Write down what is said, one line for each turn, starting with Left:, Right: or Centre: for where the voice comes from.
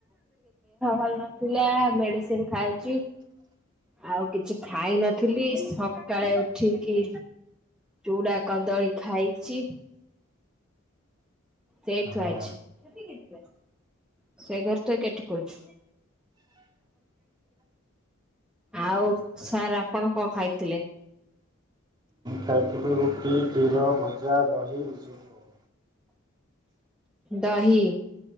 Centre: ଭଲ ନଥିଲା ମେଡିସିନ ଖାଇଛି। ଆଉ କିଛି ଖାଇ ନଥିଲି ସକାଳେ ଉଠିକି ଚୁଡା କଦଳୀ ଖାଇଛି। ସେଇଠି ଥୁଆ
Right: ହଁ।
Centre: ହେଇଚି। ସେ ଘରେ ତ କେଠି କହୁଛ? ଆଉ ସାର୍ ଆପଣ କଣ ଖାଇଥିଲେ?
Right: ଖାଇଥିଲୁ ରୁଟି, କ୍ଷୀର, ଭଜା, ଦହି ଏସବୁ ଆଉ।
Centre: ଦହି।